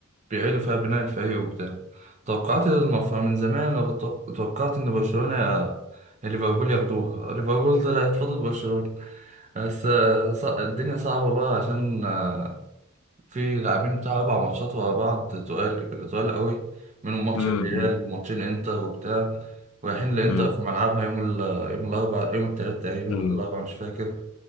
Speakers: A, on the right; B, on the left.
A: بيعيدوا فيها بناء الفريق وبتاع توقعت المفروض من زمان أنا بتوق- توقعت إن برشلونة يا يا ليفربول ياخدوها ليفربول طلعت فاضل برشلونة بس آه، ص- الدنيا صعبة بقى عشان آه، في لاعبين بتاع أربع ماتشات ورا بعض تقال تقال قوي منهم ماتش
B: امم
A: الريال وماتشين إنتر وبتاع رايحين لإنتر
B: امم
A: في ملعبها يوم ال يوم الأربع يوم التلات تقريبا
B: امم
A: ولا الأربع مش فاكر